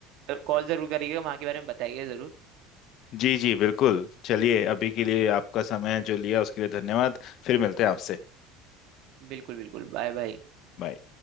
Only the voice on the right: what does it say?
कॉल जरूर करिएगा वहाँ के बारे में बताइएगा जरूर
बिल्कुल बिल्कुल Bye bye